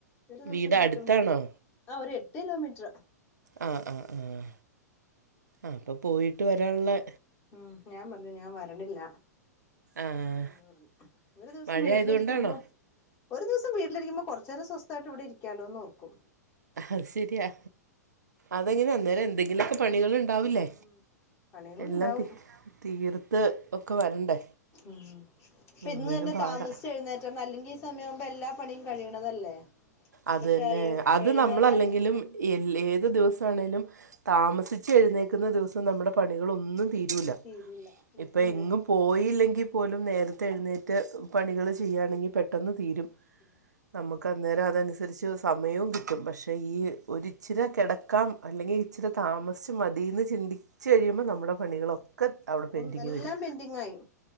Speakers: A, on the left; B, on the right.
A: ഒരു ദിവസം
B: വീട്
A: കിട്ടും
B: അടുത്താണോ
A: ആഹ് ഒരു എട്ട് കിലോമീറ്ററ്
B: ആഹ് ആഹ് ആഹ് ആഹ് അപ്പ പോയിട്ട് വരാൻള്ളെ
A: ഉം ഞാൻ പറഞ്ഞു ഞാൻ വരണില്ല
B: ആ
A: എന്ന് പറഞ്ഞു ഒരു ദിവസം
B: മഴയായതുകൊണ്ടാണോ
A: വീട്ടിലിരിക്കുമ്പോ ഒരു ദിവസം വീട്ടിലിരിക്കുമ്പോ കുറച്ച് നേരം സ്വസ്ഥായിട്ട് ഇവിടെ ഇരിക്കാലോന്ന് ഓർക്കും
B: അത് ശരിയാ അതെങ്ങനെ അന്നേരം എന്തെങ്കിലൊക്കെ പണികള് ണ്ടാവില്ലേ
A: ഉം പണികളുണ്ടാവും
B: എല്ലാം തീ തീർത്ത് ഒക്കെ വരണ്ടേ
A: ആഹ് അപ്പൊ ഇന്ന്
B: അന്നേരം
A: തന്നെ
B: പാടാ
A: താമസിച്ച് എഴുന്നേ റ്റണ് അല്ലെങ്കി ഈ സമയാകുമ്പ എല്ലാ പണിയും കഴിയണതല്ലേ
B: അത്
A: പക്ഷെ
B: തന്നെ അത്
A: എഴുന്നേക്കാൻ
B: നമ്മളല്ലെങ്കിലും എല്ല് ഏത് ദിവസാണേലും താമസിച്ച് എഴുന്നേക്കുന്ന ദിവസം നമ്മുടെ പണികൾ ഒന്നും തീരൂല
A: തീരൂല ഇത്
B: ഇപ്പൊ
A: പിന്നെ
B: എങ്ങും പോയില്ലെങ്കി പോലും നേരത്തെ എഴുന്നേറ്റ് പണികള് ചെയ്യാണെങ്കി പെട്ടെന്ന് തീരും
A: തീരും
B: നമുക്ക് അന്നേരം അതനുസ് സരിച്ച് സമയോം കിട്ടും പക്ഷെ ഈ ഒരിച്ചിരെ കിടക്കാം അല്ലെങ്കി ഇച്ചിരി താമസിച്ച് മതിന്ന് ചിന്തിച്ച് കഴിയുമ്പോ നമ്മുടെ പണികളൊക്കെ അവിടെ പെൻഡിങ്
A: ഒന്ന് എല്ലാം
B: വരും
A: പെന്റിങ്ങായി